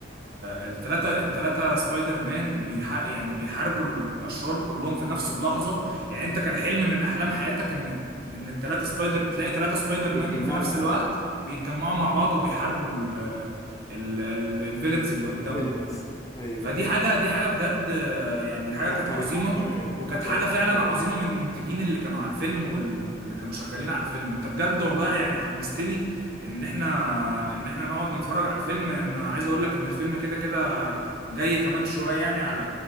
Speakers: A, on the right; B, on the left.
A: التلاتة التلاتة سبايدر مان بيح يعني بيحاربوا الأشرار كلهم في نفس اللحظة يعني أنت كان حلم من أحلام حياتك إن إن التلاتة سبايدر تلاقي تلاتة سبايدر
B: يتجمعوا
A: مان في نفس
B: مع
A: الوقت
B: بعض
A: بيتجمعوا مع
B: اه
A: بعض وبيحاربوا ال ال ال الفيلنز اللي قدامهم
B: الفيلنز ايوه
A: فدي
B: ايوه
A: حاجه دي حاجه بجد آه، يعني حاجه
B: لا
A: كانت
B: كانت
A: عظيمه
B: عبقريه
A: وكانت حاجه
B: كانت
A: فعلا
B: عبقريه
A: عظيمه من المنتجين اللي كانوا على الفيلم وال... واللي كانوا شغالين على الفيلم انت بجد والله
B: اكيد
A: يعني حمستني ان احنا ان احنا نقعد نتفرج على الفيلم يعني انا عايز اقول لك ان الفيلم كده كده جاي كمان شويه يعني على